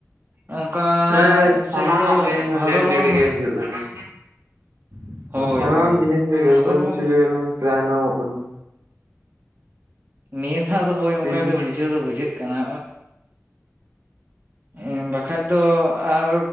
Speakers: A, on the right; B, on the right.
A: ᱚᱱᱠᱟ
B: ᱮᱻ ᱥᱟᱱᱟᱢᱟᱜ
A: ᱥᱮᱫ ᱫᱚ
B: ᱜᱮ <unintelligible>
A: ᱵᱷᱟᱫᱚᱨ
B: ᱞᱮᱴ
A: ᱵᱚᱸᱜᱟ
B: ᱞᱮᱴ
A: ᱢᱩ
B: ᱜᱮ ᱦᱩᱭᱩᱜ ᱠᱟᱱᱟ
A: ᱦᱳᱭ
B: ᱥᱟᱱᱟᱢ
A: ᱦᱳᱭ
B: ᱡᱤᱱᱤᱥ ᱜᱮ ᱡᱚᱛᱚ
A: ᱵᱷᱟᱫᱚᱨ
B: ᱠᱤᱪᱷᱩ
A: ᱵᱚᱸᱜᱟ
B: ᱜᱮ ᱛᱟᱭᱱᱚᱢᱚᱜ ᱠᱟᱱᱟ
A: ᱱᱤᱭᱟᱹ ᱫᱷᱟᱣ ᱫᱚ ᱦᱳᱭ ᱚᱱᱠᱟ
B: ᱪᱤᱞᱤ
A: ᱜᱮ
B: ᱦᱚᱸ
A: ᱵᱩᱡᱷᱟᱹ ᱫᱚ ᱵᱩᱡᱷᱟᱹᱜ ᱠᱟᱱᱟ ᱮᱻᱢ ᱵᱟᱠᱷᱟᱡ ᱫᱚ ᱟᱨ